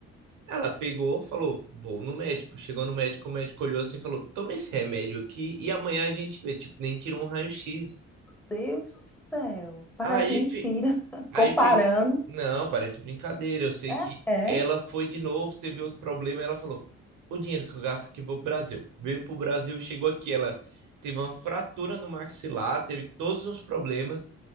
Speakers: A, on the right (about 80°); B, in the centre.
A: Ela pegou, falou, vou no médico. Chegou no médico, o médico olhou assim e falou: toma esse remédio aqui e amanhã a gente vê. Tipo, nem tirou um raio-x.
B: Deus do céu, parece
A: Aí
B: mentira.
A: fi-
B: <laughs>
A: Aí
B: Comparando,
A: fi... Não, parece brincadeira. Eu sei que
B: é, é,
A: ela foi de novo, teve outro problema. Ela falou: o dinheiro que eu gasto aqui vou pro Brasil. Veio pro Brasil, chegou aqui. Ela teve uma fratura no maxilar, teve todos os problemas.